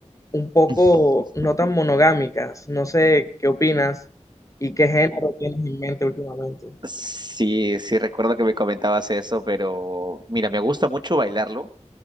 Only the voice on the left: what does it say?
un poco
no tan monogámicas, no sé qué opinas. ¿Y qué género tienes en mente últimamente?